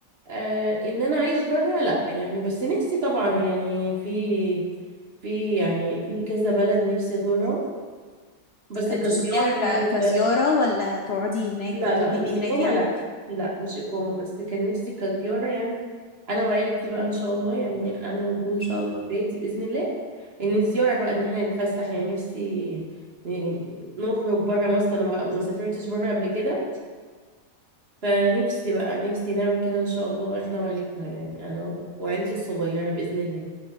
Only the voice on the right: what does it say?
آه ان انا عايش بره لا يعني بس نفسي طبعا يعني في في يعني في كذا بلد نفسي ازورها بس
كزيارة
يعني
ك...
لا
لا إقامة
لا لا مش إقامة بس كان نفسي كزيارة يعني أنا وعيلتي بقى إن شاء الله يعني أنا وجوزي
وبيتي بإذن الله إن الزيارة بقى إن إحنا نتفسح يعني نفسي ن- نخرج بره مصر أنا ما ما سافرتش بره قبل كده فنفسي بقى نفسي نعمل كده إن شاء الله إحنا وعيلتنا يعني أنا وعيلتي الصغيرة بإذن الله